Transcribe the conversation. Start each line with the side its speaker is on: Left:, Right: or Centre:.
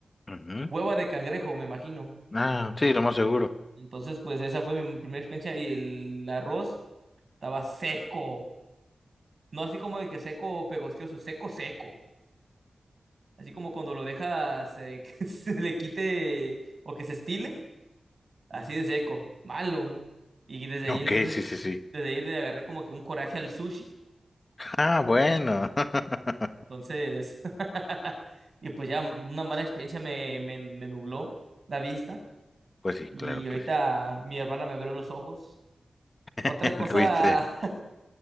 Left: Ujú.
Right: Hueva de cangrejo, me imagino.
Left: Ah, sí, lo más seguro.
Right: Entonces, pues esa fue mi primera experiencia y el arroz estaba seco. No así como de que seco pegostioso, seco, seco. Así como cuando lo dejas eh, <laughs> que se le quite o que se estile, así de seco, malo. Y desde ahí
Left: Ok,
Right: entonces,
Left: sí, sí, sí.
Right: desde ahí le agarré como que un coraje al sushi.
Left: Ah, bueno. <laughs>
Right: Entonces, <laughs> y pues ya una mala experiencia me, me, me nubló la vista.
Left: Pues sí,
Right: Y
Left: claro
Right: ahorita
Left: que sí.
Right: mi hermana me abrió los ojos.
Left: <laughs>
Right: Otra
Left: El
Right: cosa
Left: Tuviste.